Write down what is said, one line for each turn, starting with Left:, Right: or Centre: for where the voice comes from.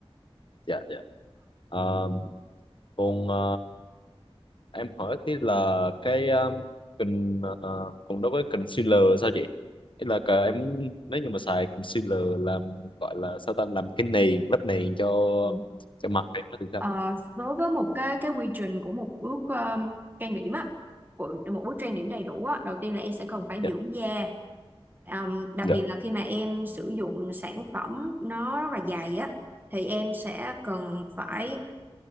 Left: dạ dạ Ờ, còn à, em hỏi tí là cái um, con- ờ, còn đối với concealer sao chị ý là cả em muốn nếu như mà xài concealer làm gọi là sao ta làm cái nền lớp nền cho
Right: Ờ.
Left: cho mặt em nó thì sao
Right: Ờ, đối với một cái cái quy trình của một bước um, trang điểm á của một bước trang điểm đầy đủ á đầu tiên là em sẽ cần phải
Left: dạ
Right: dưỡng da Ờm, đặc
Left: dạ
Right: biệt là khi mà em sử dụng sản phẩm nó rất là dày á thì em sẽ cần phải